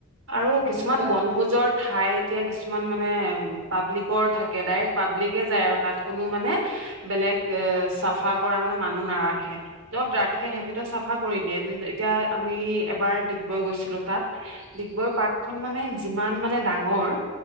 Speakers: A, on the right; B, on the right.
A: আৰু কিছুমান
B: লেতেৰা
A: বনভোজৰ
B: কৰে
A: ঠাইত এতিয়া কিছুমান মানে, পাব্লিকৰ থাকে ডাইৰেক্ট পাব্লিকে যায় আৰু তাত কোনো মানে বেলেগ এ চাফা কৰা মানে মানুহ নাৰাখে। যত
B: উম
A: ৰাখে সেহিতিতো চাফা কৰি দিয়ে এতিয়া
B: উম
A: আমি, এবাৰ ডিগ বৈ গৈছিলোঁ তাত, ডিগবৈ পাৰ্কখন মানে যিমান মানে ডাঙৰ,